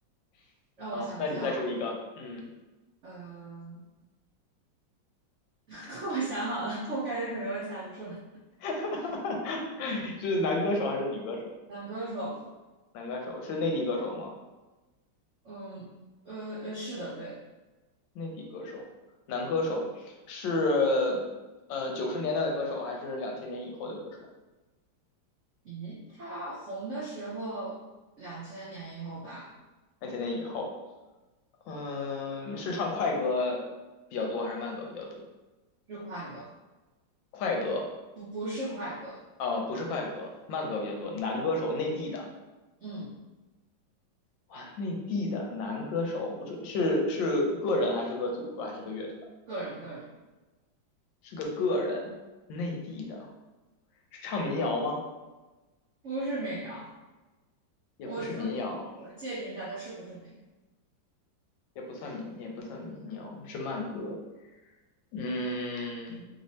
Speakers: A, on the left (about 75°); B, on the right (about 75°).
A: <laughs>
B: 让我想一下。
A: 好，那你再说一个，嗯。
B: 嗯，<laughs> 我想好了，我感觉可能我猜不出来。
A: <laughs> 哈哈，是男歌手还是女歌手？
B: 男歌手，
A: 男歌手是内地歌手吗？
B: 嗯呃呃，是的，对。
A: 内地歌手，男歌手是呃九十年代的歌手还是两千年以后的歌手？
B: 咦，他红的时候，两千年以后吧，
A: 两千年以后，嗯，是唱快歌比较多还是慢歌比较多？
B: 是快歌。
A: 快歌，
B: 不不是快歌，
A: 呃，不是快歌，慢歌比较多。男歌手，内地的，
B: 嗯，
A: 哇，内地的男歌手不是是是个人还是个组合还是个乐团？
B: 个人个人
A: 是个个人，内地的，是唱民谣吗？
B: 不是民谣，
A: 也不是民谣，
B: 我我我我界定一下它是不是民谣。
A: 也不算民，也不算民谣，是慢歌。嗯，